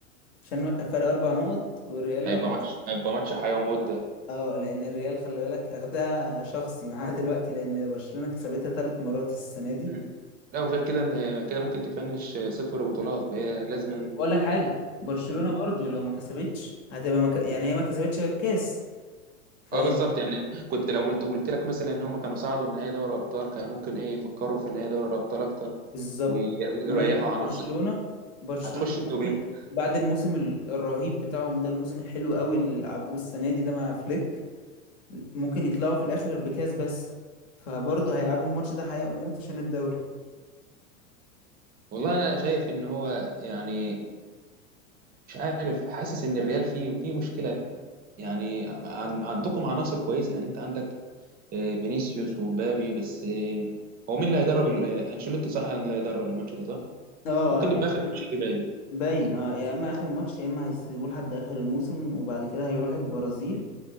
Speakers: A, on the left; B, on the right.
A: عشان فرق اربع نقط والريال
B: هيبقى
A: لو
B: ماتش هيبقى ماتش حياة وموت ده
A: اه لان الريال خلي بالك اخدها شخصي معاه دلوقتي لان برشلونه كسبتها ثلاث مرات السنه دي
B: مم. لا وغير كده إن كده ممكن تفنش صفر بطولات فهي لازم
A: بقول لك حاجه برشلونه
B: مم.
A: برضو لو ما كسبتش هتبقى مك... يعني هي ما كسبتش غير كاس فهي
B: اه بالظبط يعني كنت لو قلت قلت لك مثلا ان هم كانوا صعدوا النهائي دوري ابطال كانوا ممكن ايه يفكروا في نهائي دوري الابطال اكتر
A: بالظبط
B: وي-
A: انما
B: ويريحوا
A: دلوقتي
B: عناصر
A: برشلونه برشلونه
B: هتخش
A: دلوقتي
B: في جوجل
A: بعد الموسم ال- الرهيب بتاعهم ده الموسم الحلو قوي اللي لعبوه السنه دي ده مع فليك ممكن يطلعوا في الاخر بكاس بس فبرضه هيلعبوا الماتش ده حياه وموت عشان الدوري
B: والله انا شايف ان هو يعني مش عارف حاسس ان الريال فيه فيه مشكله فيه. يعني عن- عندكم عناصر كويسه يعني انت عندك آه، فينيسيوس ومبابي بس آه، هو مين اللي هيدرب ال- آه، انشيلوتي صح اللي هيدرب الماتش ده صح؟
A: اه
B: ممكن يبقى اخر ماتش ليه باين
A: باين اه يا اما اخر ماتش يا اما هيسيبوه لحد اخر الموسم وبعد كده هيروح البرازيل